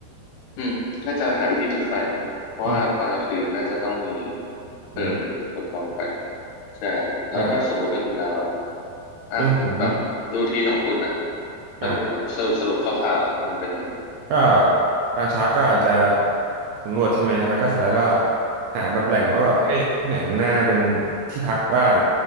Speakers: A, on the left; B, on the right.
A: อืมน่าจะหาวิธีจุดไฟมั้งเพราะว่าตอนกลางคืนน่าจะต้องมี
B: อืม
A: เพลิงกับกองไฟ
B: อืม
A: ใช่แล้วถ้าสมมติเป็นคุณดาวอะ
B: อ่า
A: อ่ะแบบรูทีนของคุณอะ
B: เรื่องผมอ่า
A: สรุปสรุปสรุปคร่าวๆอะมันเป็นยังไง
B: ก็ตอนเช้าก็อาจจะสำรวจใช่ไหม แล้วก็เสร็จแล้วก็หาแบบแหล่งว่าแบบเอ้ยที่ไหนมันน่าเป็นที่พักบ้าง